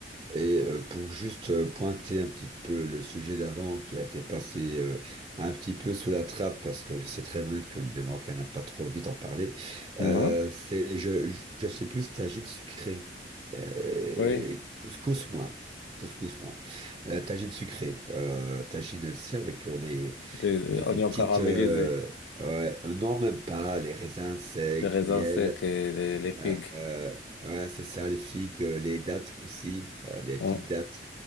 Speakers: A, on the right (about 25°); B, on the left (about 80°).
A: Et euh, pour juste euh, pointer un petit peu le sujet d'avant qui a été passé euh, un petit peu sous la trappe, parce que je sais très bien que les Marocains n'aiment pas trop vite en parler,
B: Mhm.
A: euh, c'est, je, je sais plus tagine sucrée. Euh,
B: Oui,
A: couscous moins. Couscous moins. Euh, tagine sucrée. Euh, tagine, tu sais, avec euh, les,
B: les
A: les,
B: euh,
A: les
B: oignons
A: petites...
B: caramélisés,
A: euh, ouais, non, même pas. Les raisins secs,
B: les raisins
A: miel.
B: secs et les, les figues.
A: Euh, euh, ouais, c'est ça, les figues, euh, les dattes aussi, euh, les
B: Mhm.
A: petites dattes.